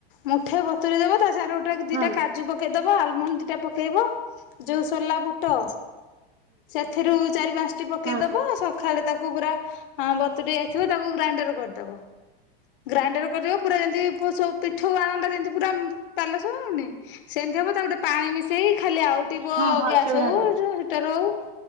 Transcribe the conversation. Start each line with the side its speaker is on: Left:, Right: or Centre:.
Left: ମୁଠେ ବତୁରେଇ ଦେବା ତା ସାଙ୍ଗରେ ଗୋଟେ ଟା ଦିଟା
Right: ହଁ
Left: କାଜୁ ପକେଇଦବ ଆଲମଣ୍ଡ ଦିଟା ପକେଇବ ଯୋଉ ସୋଲା ବୁଟ ସେଥିରୁ ଚାରି ପାଞ୍ଚଟି ପକେଇଦବ
Right: ହଁ ହଁ।
Left: ସ ଖାଲେ ତାକୁ ପୁରା ବତୁରିଯାଇଥିବ ତାକୁ ଗ୍ରାଇଣ୍ଡର କରିଦବ ଗ୍ରାଇଣ୍ଡର କରିବ ପୁରା ଯେମିତି ପିଠାଉ ଆଣଟା ଯେମିତି ପୁରା ପାଲସ ହଉନି ସେମିତି ହବ ତାକୁ ଟିକେ ପାଣି ମିଶେଇ ଖାଲି ଆଉ ଟିବ
Right: ହଁ ହଁ
Left: ଗ୍ୟାସ୍
Right: ସେଇଭଳିଆ
Left: ହଉ
Right: କରିବି
Left: ହିଟର ହଉ